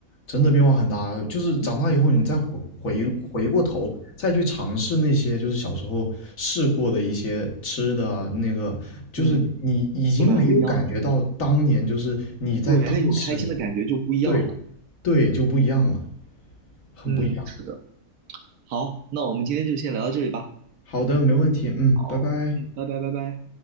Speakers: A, on the left; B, on the right.
A: 真的变化很大，就是长大以后，
B: 嗯，
A: 你再回回回过头，再去尝试那些就是小时候试过的一些吃的啊那个就是你已经没有感觉到当年就是你在当时，
B: 嗯就蛮不一样的了。对，那种开心的感觉就不一样了。
A: 对对，就不一样了，很不一样。
B: 嗯，是的。好，那我们今天就先聊到这里吧。
A: 好的，没问题，嗯，
B: 好，
A: 拜拜。
B: 嗯，拜拜，拜拜。